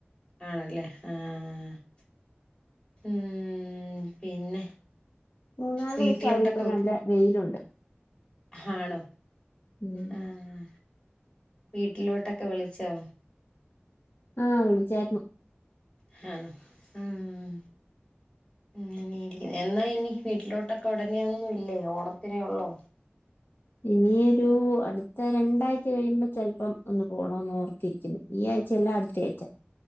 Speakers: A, on the left; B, on the left.
A: ആണല്ലേ ആഹ്. ആഹ് ഉം പിന്നെ
B: മൂന്നാലെവസായി
A: വീട്ടിലോട്ടൊക്കെ
B: ഇപ്പ നല്ല വെയിലൊണ്ട്.
A: ഹാണോ
B: ഉം
A: ആഹ് വീട്ടിലോട്ടൊക്കെ വിളിച്ചോ?
B: ആഹ് വിളിച്ചാര്ന്നു.
A: ഹാണോ ഉം അങ്ങനെയിരിക്ക്‌ എന്നായിനി വീട്ടിലോട്ട്? പ്പഒടനെയൊന്നുംയില്ലേ? ഓണത്തിനേ ഒള്ളോ?
B: ഇനിയൊരു അട്ത്ത രണ്ടാഴ്ച്ച കഴിയുമ്പ ചെലപ്പം ഒന്ന് പോണംന്ന്ഓർത്തിരിക്കുന്നു. ഈ ആഴ്ച്ചയല്ല അട്ത്തെയാഴ്ച്ചേ.